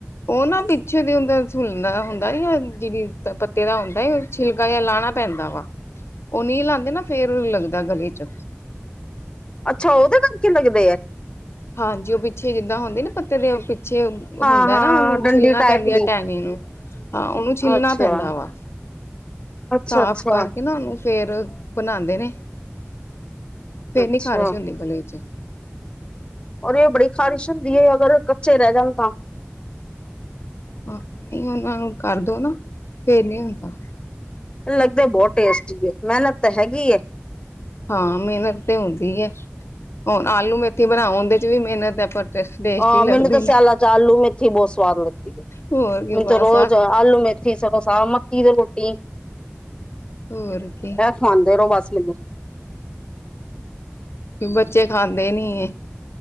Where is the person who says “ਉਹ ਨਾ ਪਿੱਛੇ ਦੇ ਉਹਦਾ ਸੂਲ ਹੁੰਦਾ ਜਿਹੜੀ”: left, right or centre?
Left